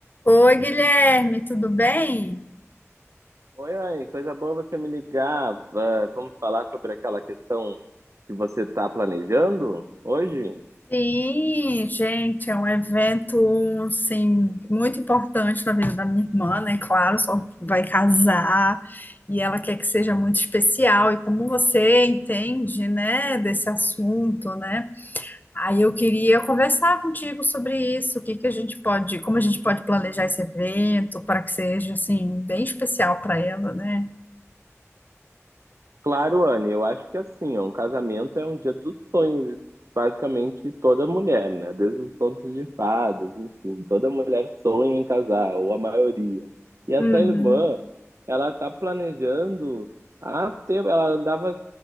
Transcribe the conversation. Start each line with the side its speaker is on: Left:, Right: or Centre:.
Left: Oi, Guilherme, tudo bem?
Right: Oi, Anne, coisa boa você me ligar. Va- Vamos falar sobre aquela questão que você está planejando hoje?
Left: Sim, gente, é um evento, assim, muito importante na vida da minha irmã, né? Claro, só vai casar e ela quer que seja muito especial. E como você entende, né, desse assunto, né? Aí eu queria conversar contigo sobre isso, o que que a gente pode, como a gente pode planejar esse evento para que seja, assim, bem especial para ela, né?
Right: Claro, Anne, eu acho que assim, ó, um casamento é um dia dos sonhos, de- basicamente, de toda mulher, né? Desde os contos de fadas, enfim, toda mulher sonha em casar, ou a maioria. E essa
Left: Uhum.
Right: irmã, ela tá planejando há tempo, ela andava